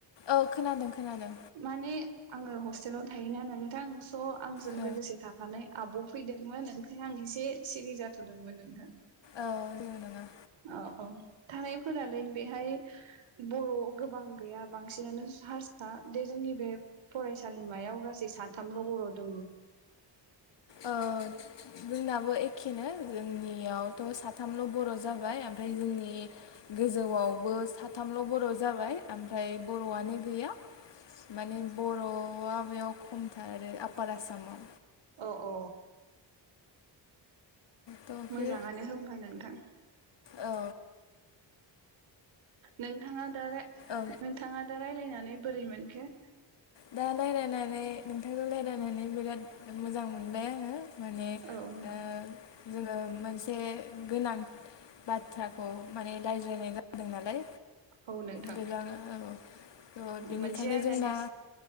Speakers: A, on the left; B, on the right.
A: औ खोनादों खोनादों
B: माने आङो हस्टेलाव थायोना नोंथां स' आंजों
A: औ
B: लोगोसे थाफानाय आब' फैदोंमोन ओंखायनो आं एसे सिरि जाथ'दोंमोन नोंथां
A: औ जेबो नङा
B: औ औ थानायफोरालाय बेहाय ओह बर' गोबां गैया बांसिनानो हारसा बे जोंनि बे फरायसालिमायाव गासै साथामल' बर' दङ
A: ओ जोंनाबो एखेनो आव थ' साथामल' बर' जाबाय ओमफाय जोंनि गोजौआव बो साथामल' बर' जा बाय ओमफ्राय बर'आनो गैया माने बर'आ बेयाव खमथार आरो आफपार आसामाव
B: अ अ
A: थ' बे
B: मोजाङानो होमबा नोंथां
A: औ
B: नोंथाङा दा रा
A: औ
B: नोंथाङा दा रायलायनानै बोरैमोनखो
A: दा रायज्लायनानै नोंथांजों रायज्लायनानै बिराद मोजां मोनबाय आङो माने
B: औ नोंथां
A: ओ जोङो मोनसे गोनां बाथ्रा खौ माने रायज्लायनाय जादों नालाय
B: औ नोंथां
A: गोजान औ थ' बेनिखायनो
B: मोनसे आयदानि
A: जोंना